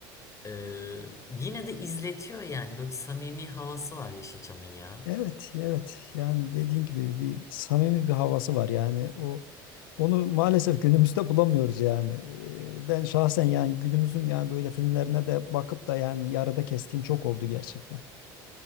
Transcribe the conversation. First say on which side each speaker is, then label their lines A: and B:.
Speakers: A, on the left; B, on the left.
A: e, yine de izletiyor yani. Böyle bir samimi havası var Yeşilçam'ın ya.
B: Evet, evet. Yani dediğin gibi bir samimi bir havası var. Yani o onu maalesef günümüzde bulamıyoruz yani. Ee, Ben şahsen yani günümüzün yani böyle filmlerine de bakıp da yani yarıda kestiğim çok oldu gerçekten.